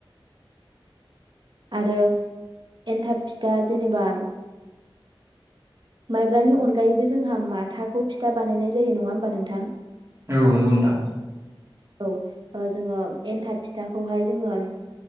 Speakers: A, on the right (about 60°); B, on the right (about 30°).
A: आरो एन्थाब फिथा जेनेबा माइब्रानि अनगायैबो जोंहा माथाखौ फिथा बानायनाय जायो नङा होमबा नोंथां?
B: औ नोंगौ नोंथां
A: औ ओ जोङो एन्थाब फिथाखौहाय जोङो